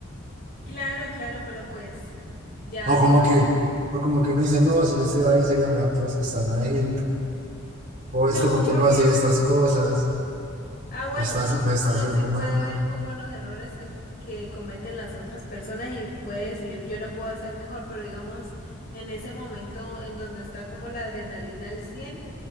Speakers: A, on the left; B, on the right.
A: Claro, claro, pero pues ya
B: o
A: digamos,
B: como que, o como que uno dice, no, si yo estuviera ahí sería mejor que los que están ahí. O
A: no,
B: este, ¿por qué
A: porque,
B: no hace estas cosas?
A: ah, bueno,
B: Lo está,
A: uno,
B: haci- lo
A: uno
B: está haciendo
A: sí puede
B: mal.
A: ver como los errores que, que cometen las otras personas y puede decir, yo lo puedo hacer mejor, pero digamos, en ese momento en donde está como la adrenalina al cien